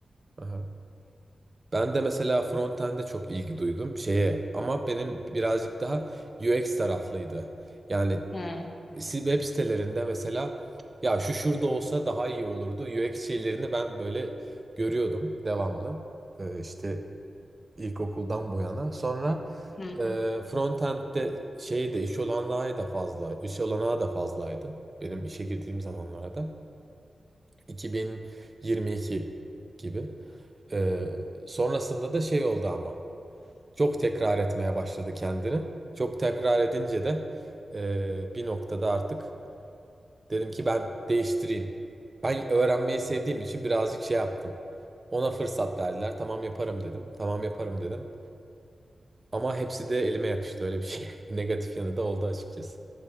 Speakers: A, on the right; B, on the left.
A: aha. Ben de mesela frontend'e çok ilgi duydum şeye ama benim birazcık daha UX taraflıydı. Yani
B: Hı,
A: si- web sitelerinde mesela ya şu şurada olsa daha iyi olurdu. UX şeylerini ben böyle görüyordum devamlı. Ee, işte ilkokuldan bu yana. Sonra
B: hı,
A: e,
B: hı.
A: frontend'de şeyi de iş olanağı da fazla, iş olanağı da fazlaydı. Benim işe girdiğim zamanlarda 2022 gibi. Ee, sonrasında da şey oldu ama. Çok tekrar etmeye başladı kendini. Çok tekrar edince de eee, bir noktada artık dedim ki ben değiştireyim. Ben öğrenmeyi sevdiğim için birazcık şey yaptım. Ona fırsat verdiler. Tamam yaparım dedim. Tamam yaparım dedim. Ama hepsi de elime yapıştı öyle bir şey. <laughs> Negatif yanı da oldu açıkçası.